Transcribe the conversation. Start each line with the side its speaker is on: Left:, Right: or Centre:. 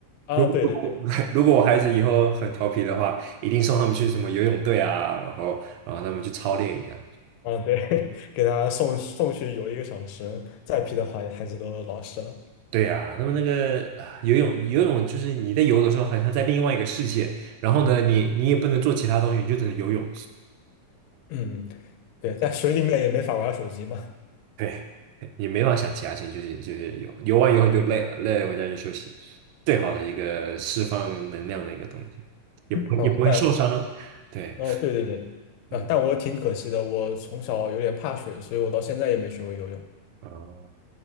Left: 啊，
Right: 如果如果
Left: 对对。
Right: <laughs> 如果我孩子以后很调皮的话，一定送他们去什么游泳队啊，然后然后他们去操练一下。
Left: 嗯，对，<laughs> 给他送送去游一个小时，再批的话孩子都老实了。
Right: 对呀、他们那个啊游泳游泳就是你在游的时候，好像在另外一个世界，然后呢，你你也不能做其他东西，你就只能游泳。
Left: 嗯，对，在水里面也没法玩手机嘛。
Right: 对，你没法想其他事情，就是就是游游完以后你就累了，累了回家就休息，最好的一个释放能量的一个东西，也不会也不会受伤。
Left: 嗯，但
Right: 对，
Left: 嗯，对对对，啊，
Right: 嗯，
Left: 但我挺可惜的，我从小有点怕水，所以我到现在也没学会游泳。
Right: 哦，